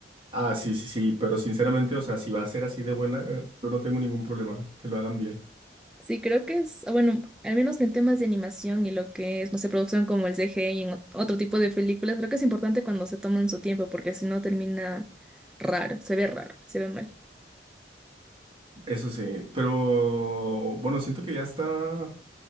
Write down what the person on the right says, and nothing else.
Ah, sí, sí, sí, pero sinceramente, o sea, si va a ser así de buena, eh, yo no tengo ningún problema, que lo hagan bien.
Eso sí, pero bueno, siento que ya está.